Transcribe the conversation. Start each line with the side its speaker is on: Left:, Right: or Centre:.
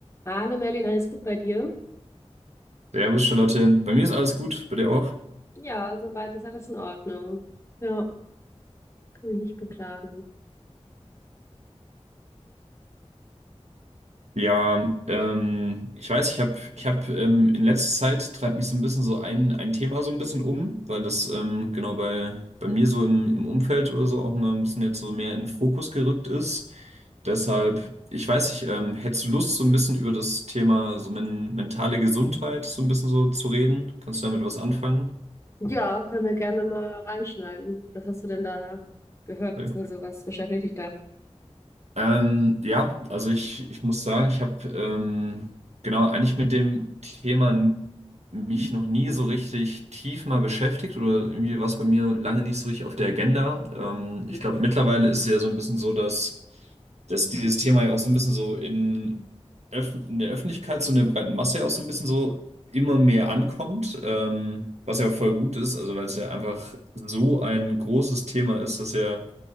Left: Hallo Merlin, alles gut bei dir?
Right: Servus, Charlotte. Bei mir ist alles gut, bei dir auch?
Left: Ja, soweit ist alles in Ordnung. Ja, kann mich nicht beklagen.
Right: Ja, ähm, ich weiß, ich habe ich hab, ähm, in letzter Zeit treibt mich so ein bisschen so ein, ein Thema so ein bisschen um, weil das ähm, genau bei, bei mir so im, im Umfeld oder so auch mal ein bisschen jetzt so mehr in den Fokus gerückt ist. Deshalb, ich weiß nicht, ähm, hättest du Lust, so ein bisschen über das Thema so men mentale Gesundheit so ein bisschen so zu reden? Kannst du damit was anfangen?
Left: Ja, können wir gerne mal reinschneiden. Was hast du denn da gehört, beziehungsweise
Right: Ja.
Left: was beschäftigt dich da?
Right: Ähm, ja, also ich, ich muss sagen, ich habe ähm, genau eigentlich mit dem Thema n- mich noch nie so richtig tief mal beschäftigt oder irgendwie war es bei mir lange nicht so richtig auf der Agenda. Ähm,
Left: Mhm.
Right: ich glaube, mittlerweile ist es ja so ein bisschen so, dass, dass dieses Thema ja auch so ein bisschen so in, Öff in der Öffentlichkeit, so in der breiten Masse ja auch so ein bisschen so immer mehr ankommt, ähm, was ja voll gut ist, also weil es ja einfach so ein großes Thema ist, dass ja